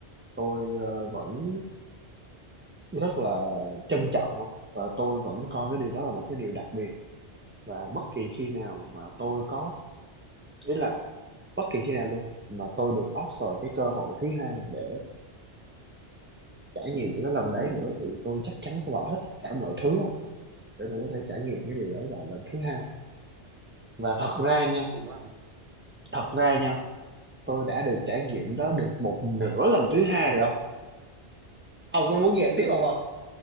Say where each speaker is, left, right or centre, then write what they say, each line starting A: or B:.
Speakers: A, on the right; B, on the right.
A: tôi ờ, vẫn rất là trân trọng á. và tôi vẫn coi cái điều đó là một cái điều đặc biệt và bất kỳ khi nào mà tôi có ý là bất kỳ khi nào luôn mà tôi được offer cái cơ hội thứ hai để trải nghiệm những cái lần đấy nữa thì tôi chắc chắn sẽ bỏ hết tất cả mọi thứ để tôi có thể trải nghiệm cái điều đấy lại lần thứ hai và thật ra nha
B: hay quá không
A: thật ra nha tôi đã được trải nghiệm đó được một nửa lần thứ hai rồi không ông có muốn nghe
B: vui
A: tiếp không
B: phải
A: không
B: không